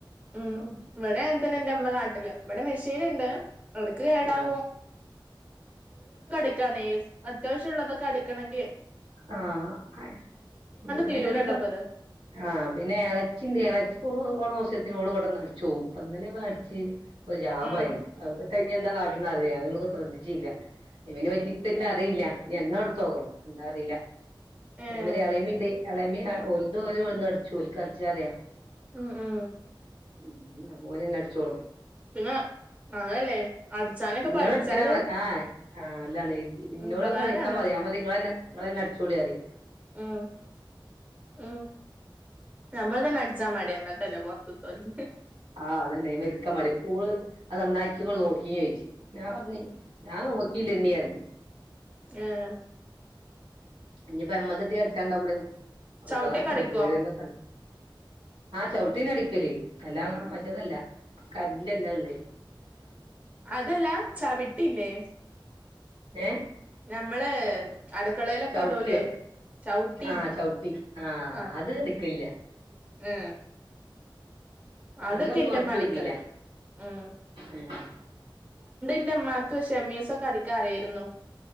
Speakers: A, on the right; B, on the right.
A: ഉം ഇവിടേം ഉണ്ട് <unintelligible> എന്റെമ്മ നാട്ടില് ഇവിടെ മെഷീനുണ്ട് എടക്ക് കേടാവോ
B: ആ
A: <unintelligible> അത്യാവശ്യമുള്ളതൊക്കെ അടക്കണോങ്കി
B: ആഹ് എങ്ങരുണ്ടിപ്പ
A: തീരൂലല്ലോ ഇപ്പത്
B: ആഹ് പിന്നെ ഇളച്ചിന്റെ ഇളച്ചി <unintelligible> <unintelligible> കൊണ്ടോന്ന് അടിച്ച് പോവും അപ്പ ഇന്നലെ ഒക്കെ അടിച്ച് പ്പ ജാമായി
A: ഉം
B: അതൊക്കെ കഴിഞ്ഞ് <unintelligible> അറിയ നമുക്ക് ശ്രദ്ധിച്ചില്ല ഇവന് പറ്റി <unintelligible> അറിയില്ല എണ്ണ കൊടുത്ത് നോക്കണം ന്താ അറിയില്ല <unintelligible>
A: ഏഹ്
B: അല്ല്മ ഒലുതോല ഒന്ന അടിച്ചുോലിക്കടിച്ചറിയാ
A: ഉ ഉ
B: ഉ അതുപലെന്നെ അടിച്ചോളും
A: പിന്നെ അങ്ങനല്ലേ അടിച്ചാനൊക്കെ
B: ഇോടെ
A: പഠിച്ചാല്
B: എ തരാമാ ആഹ് ആഹ് അല്ല ഇന്നോട്ൊ
A: ഉപകാരാണ്
B: അടിക്കാൻ മ പറയാ മതിങ്ങളന്നെ നിങ്ങളന്നെ അടിച്ചുൊളാറി
A: ഉ ഉ നമ്മൾ തന്നെ അടിച്ചാ മട എന്നിട്ട്ന്നെ പറത്ത് തിക്ക
B: ആ് അതന്നെയ വക്കാ മടിപ്പൂള് അത് നന്നാക്കിയമ്മോൾ നോക്കിയ ചയിച്ചു ഞാ പ ഞാനും വക്കീല എണ്ിയർരുന്നു
A: ആഹ
B: ഇനിയിപ്പോ എമ്മതി അടച്ചാണ്ടാവളി
A: ചവിട്ടിയൊക്കെ
B: ഉപകാരം കണ
A: അടിക്കോ
B: കേയറി എന്ത ആഹ ചവിട്ടി നടി എല്ലാം
A: ആഹ്
B: മറ്റതല്ല കല്ലാംള്ള
A: അതെല്ലാം ചവിട്ടല്ലേ
B: ഏ
A: നമ്മള് അട കളലൊക്കെ
B: ചവിട്ടിയോ
A: ഇടല്ലേ ചവിട്ടി
B: ആഹ് ചവിട്ടി ആഹ്
A: ആ
B: അത് അടിക്കലില്ല
A: ആഏ അതക്കിന്റെെ
B: അങ്ങനെ ഒന്നും അടിച്ചോക്കിയില്ല
A: മിക്കല ഉം
B: ഏഹ്
A: എന്റെ അമമാക്ക് ഷെമീസ ഒക്കെ അടിക്കാ അറിയായിരുന്നു